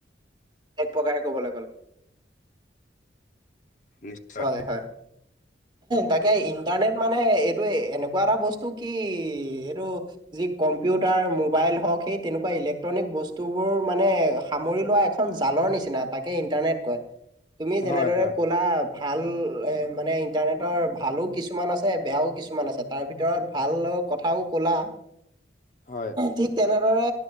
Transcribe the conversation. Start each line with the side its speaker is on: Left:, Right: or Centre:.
Right: এক প্ৰকাৰে কবলৈ গ'লে।
Left: নিশ্চয়
Right: হয়, হয়। তাকে ইণ্টাৰনেট মানে এইটো এনেকুৱা এটা বস্তু কি এইটো যি কম্পিউটাৰ মোবাইল হওঁক, সেই তেনেকুৱা ইলেক্ট্ৰনিক বস্তুবোৰ মানে সামৰি লোৱা এখন জালৰ নিচিনা। নাথাকে ইণ্টাৰনেট কয়। তুমি যেনেদৰে
Left: হয় হয়
Right: কলা ভাল মানে ইণ্টাৰনেটৰ ভালো কিছুমান আছে, বেয়াও কিছুমান আছে। তাৰ ভিতৰত ভিতৰত ভাল কথাও কলা,
Left: হয়
Right: ঠিক তেনেদৰে